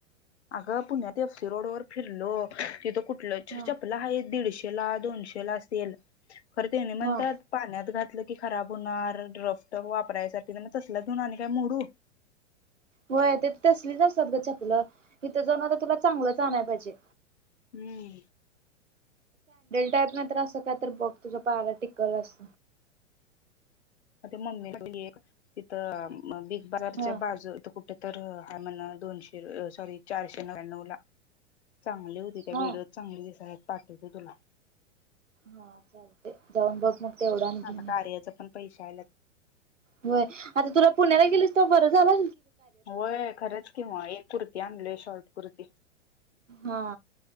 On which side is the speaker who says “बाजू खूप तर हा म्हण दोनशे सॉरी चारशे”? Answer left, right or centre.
Left